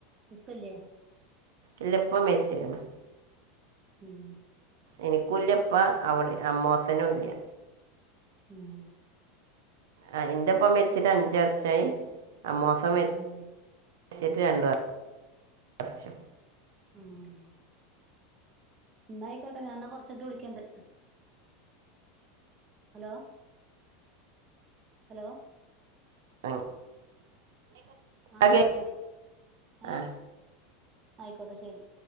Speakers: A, on the right; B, on the right.
A: ഉപ്പല്ലേ
B: ഇല്ല ഇപ്പ മരിച്ക്ണ്.
A: ഊം
B: ഇനിക്കൂല്ല്യുപ്പാ. അവടിം അമ്മോസനും ഇല്ല്യ.
A: ഊം
B: ആഹ് എന്റെപ്പ മരിച്ചിട്ട് അഞ്ച് വർഷായി. അമ്മോസൻ മര്
A: ഉം
B: ര്ച്ചിട്ട് രണ്ട് വ ർഷം
A: ആഹ് ഇന്നായിക്കോട്ടെ. ഞാ ന്നാ കൊറച്ചയ്ഞ്ഞ്ട്ട് വിളിക്കണ്ട്. ഹലോ ഹലോ
B: <unintelligible>
A: ആഹ്
B: ആ,
A: ന്നാ
B: കേ-
A: ശെരി. ഏഹ്
B: ആ
A: ആയിക്കോട്ടെ ശെരി.